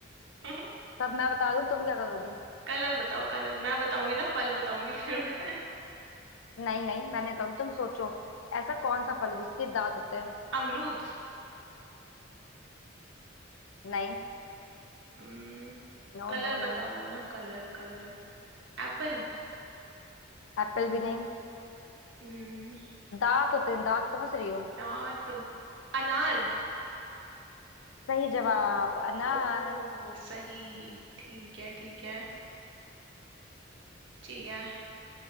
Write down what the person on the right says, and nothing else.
<laughs>
कलर बताओ कलर मैं बताऊंगी ना फल बताऊंगी फिर मैं
<laughs> अमरूद
हम्म
कलर
बता
दो ना कलर कलर एप्पल
हम्म
दांत अनार
ओ सही ठीक है ठीक है ठीक है